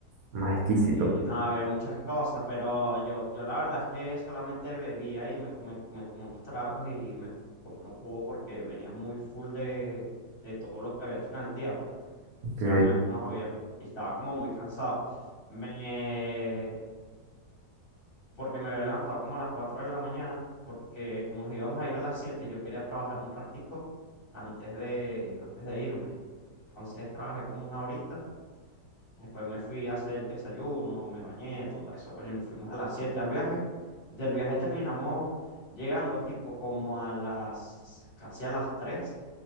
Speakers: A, on the right; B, on the left.
A: más exquisito.
B: sí, no, había muchas cosas, pero yo, yo la verdad es que solamente bebía y me tomé, me tomé unos tragos y me t- compré un jugo porque venía muy full de, de todo lo que había hecho en el día, pues. O
A: Ok.
B: sea, me- nos habíamos, y estaba como muy cansado. Me, porque me había levantado como a las 4 de la mañana, porque como nos íbamos a ir a las 7 yo quería trabajar un ratico antes de, antes de irme. Entonces trabajé como una horita Después me fui a hacer el desayuno, me bañé, todo eso. Bueno, y nos fuimos a las 7 al viaje. Del viaje terminamos llegando tipo como a las, casi a las 3